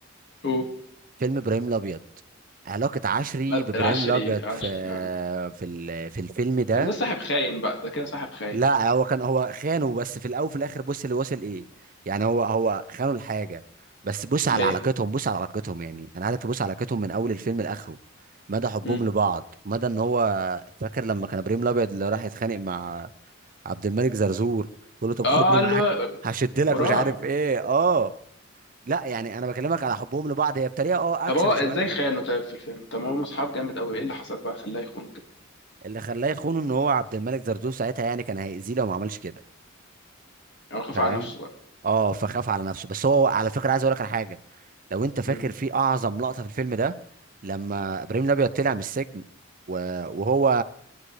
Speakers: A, on the left; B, on the right.
A: أوه،
B: فيلم ابراهيم الابيض علاقة عشري
A: ما-
B: بابراهيم
A: العشري
B: الابيض
A: العشري
B: في
A: آه.
B: في ال- في الفيلم ده
A: بس ده صاحب خاين بقى ده كده صاحب خاين
B: لا هو كان هو خانه بس في الاول وفي الاخر بص اللي وصل ايه يعني هو هو خانه الحاجه بس بص على
A: ليه
B: علاقتهم بص على علاقتهم يعني انا عايزك تبص على علاقتهم من اول الفيلم لاخره مدى حبهم
A: مم.
B: لبعض مدى ان هو فاكر لما كان ابراهيم الابيض اللي راح يتخانق مع عبد الملك زرزور بيقول له طب
A: اه
B: خدني
A: قال
B: معاك
A: له
B: هشد لك
A: وراح
B: مش عارف ايه اه لا يعني انا بكلمك على حبهم لبعض هي بطريقه اه
A: طب
B: اكشن
A: هو ازاي
B: شويه
A: خانه طيب في الفيلم طب ما هم اصحاب جامد قوي ايه اللي حصل بقى خلاه يخونه كده
B: اللي خلاه يخونه ان هو عبد الملك زرزور ساعتها يعني كان هيأذيه لو ما عملش كده
A: يعني هو خاف
B: فاهم
A: على نفسه بقى
B: اه فخاف على نفسه بس هو على فكره عايز اقول لك على حاجه لو انت فاكر
A: مم.
B: في اعظم لقطه في الفيلم ده لما ابراهيم الابيض طلع من السجن و- وهو